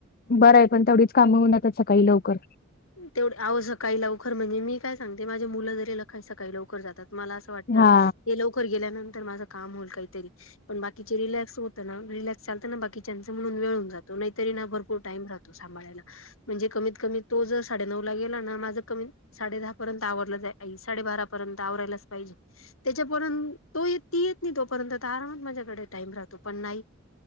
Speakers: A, on the left (about 45°); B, on the left (about 80°).
A: बरं आहे पण तेवढीच कामं होऊन आात सकाळी लवकर.
B: तेवढ आह सकाळी लवकर म्हणजे मी काय सांगते माझे मुलं जरी ल सकाळी लवकर जातात मला अस. वाटत
A: हा
B: ना ते लवकर गेल्यानंतर माझं काम होईल काहीतरी. पण बाकीचे रिलॅक्स होत ना रिलॅक्स चालत ना बाकीच्या म्हणून वेळून जातो नाहीतरी ना भरपूर टाईम राहतो. सांाला म्हणजे कमीत कमी तो ज साडे नऊ ला गेला ना माझं क. साडे दहा पर्यंत आवरलं जा साडेबारा पर्यंत आवरायलाच पाहिजे. त्याच्यापर्यंत तो येत ती येत नाही तोपर्यंत आरामात माझ्याकडे टाइम राहतो पण नाही.